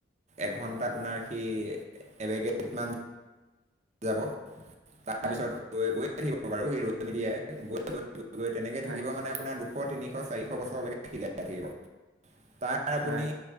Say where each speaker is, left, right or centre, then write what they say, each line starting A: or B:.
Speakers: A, on the right; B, on the right.
A: এঘন্টা আপোনাৰ সি এবেগেত মান যাব তাৰপিছত
B: হয়
A: গৈ গৈ থাকিব বাৰু সি ৰৈ নিদিয়ে গৈ গৈ গৈ তেনেকৈ
B: হয়
A: থাকিব মানে আপোনাৰ দুশ তিনিশ চাৰিশ বছৰলৈকে সি জীয়াই থাকিব তাই আপুনি
B: হয়